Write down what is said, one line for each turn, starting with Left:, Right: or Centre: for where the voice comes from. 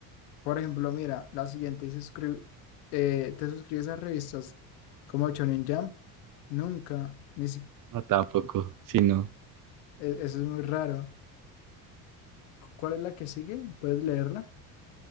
Left: Por ejemplo, mira, la siguiente dice, suscri- eh, ¿te suscribes a revistas como Shonen Jump? Nunca. Ni si-
Right: No, tampoco, sí, no.
Left: e- Eso es muy raro. ¿Cu- ¿Cuál es la que sigue? ¿Puedes leerla?